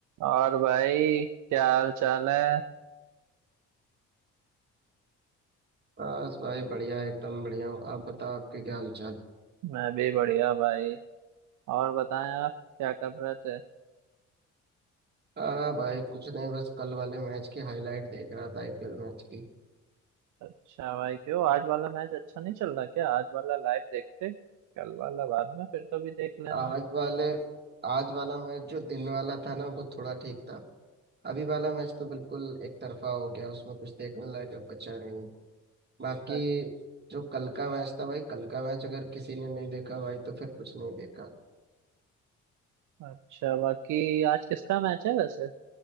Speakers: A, on the right; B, on the right.
A: और भाई क्या हाल चाल है
B: बस भाई बढ़िया एकदम बढ़िया हूँ आप बताओ आपके क्या हालचाल
A: मैं भी बढ़िया भाई और बताएं आप क्या कर रहे थे
B: आ भाई कुछ नहीं बस कल वाले मैच की हाईलाइट देख रहा था आईपीएल मैच की
A: अच्छा भाई क्यों आज वाला मैच अच्छा नहीं चल रहा क्या आज वाला लाइव देखते कल वाला बाद में फिर कभी देख लेना
B: आज वाले आज वाला मैच जो दिन वाला था ना वो थोड़ा ठीक था अभी वाला मैच तो बिल्कुल एक तरफा हो गया उसमें कुछ देखने लायक अब बचा नहीं बाकी
A: अ-
B: जो कल का मैच था भाई कल का मैच अगर किसी ने नहीं देखा भाई तो फिर कुछ नहीं देखा
A: अच्छा बाकी आज किसका मैच है वैसे